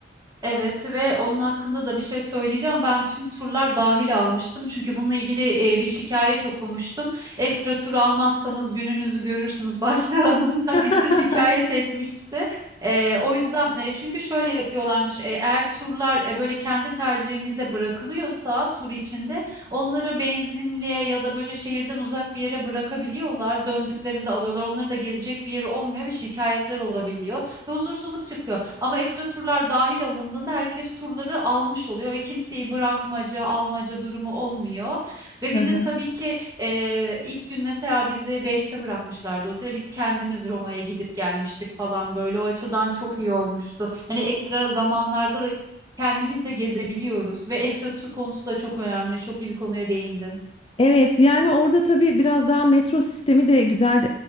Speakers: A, on the right; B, on the left.
A: Evet ve onun hakkında da bir şey söyleyeceğim. Ben tüm turlar dahil almıştım. Çünkü bununla ilgili e, bir şikayet okumuştum. Ekstra tur almazsanız gününüzü görürsünüz <laughs> başlığı adında
B: <laughs>
A: birisi şikayet etmişti. E, o yüzden e, çünkü şöyle yapıyorlarmış. E, eğer turlar e, böyle kendi tercihimize bırakılıyorsa tur içinde onları benzinliğe ya da böyle şehirden uzak bir yere bırakabiliyorlar. Döndüklerinde alıyorlar. Onların da gezecek bir yeri olmuyor ve şikayetler olabiliyor. Ve huzursuzluk çıkıyor ama ekstra turlar dahil alındığında herkes turları almış oluyor ve kimseyi bırakmaca, almaca durumu olmuyor. Ve bir
B: Hı hı.
A: de tabii ki eee, ilk gün mesela bizi beşte bırakmışlardı otele. Biz kendimiz Roma'ya gidip gelmiştik falan böyle. O açıdan çok iyi olmuştu. Hani ekstra zamanlarda da kendimiz de gezebiliyoruz ve ekstra tur konusu da çok önemli. Çok iyi bir konuya değindin.
B: Evet yani orada tabii biraz daha metro sistemi de güzel